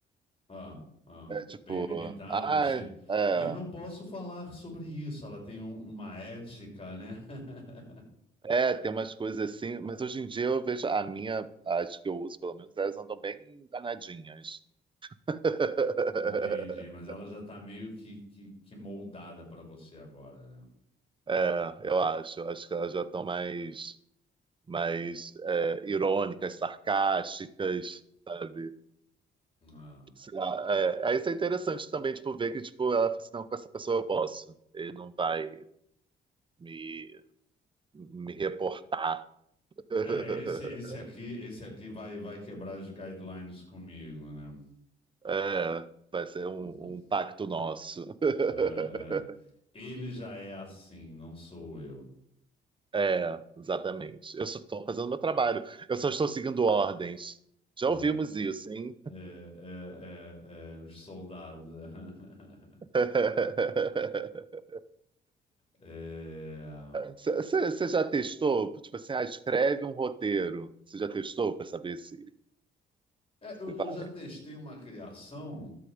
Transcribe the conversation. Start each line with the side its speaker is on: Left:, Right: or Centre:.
Left: Ah, ah,
Right: É tipo,
Left: bem limitada.
Right: ah,
Left: che-
Right: é,
Left: E eu não posso falar sobre isso, ela tem um- uma ética, né? <laughs>
Right: é, tem umas coisas assim, mas hoje em dia eu vejo a minha, as que eu uso, pelo menos, elas andam bem danadinhas. <laughs>
Left: Entendi, mas ela já tá meio que, que, que moldada pra você agora, né?
Right: É, eu acho, acho que elas já estão mais, mais é, irônicas, sarcásticas, sabe?
Left: Ah.
Right: Sei lá, é, aí isso é interessante também, tipo, ver que, tipo, ela fala assim, não, com essa pessoa eu posso, ele não vai me, me reportar. <laughs>
Left: É, esse, esse aqui, esse aqui vai, vai quebrar as guidelines comigo, né?
Right: É, vai ser um,
Left: Uhum.
Right: um pacto nosso. <laughs>
Left: É, é. Ele já é assim, não sou eu.
Right: É, exatamente. Eu só estou fazendo meu trabalho. Eu só estou seguindo ordens. Já
Left: É.
Right: ouvimos isso, hein?
Left: É, é, é, é, os soldados. <laughs>
Right: <laughs>
Left: É,
Right: Você já testou? Tipo assim, ah, escreve um roteiro. Você já testou para saber se, se
Left: é, eu, eu
Right: vai?
Left: já testei uma criação